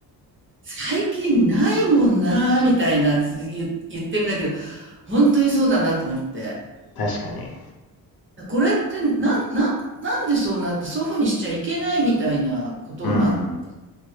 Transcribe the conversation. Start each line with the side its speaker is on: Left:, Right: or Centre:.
Right: 最近ないもんな、みたいなつ言言ってるんだけど、本当にそうだなと思って。
Left: 確かに。
Right: これってなん、なん、なんでそうなって、そういう風にしちゃいけないみたいなことになった
Left: うん。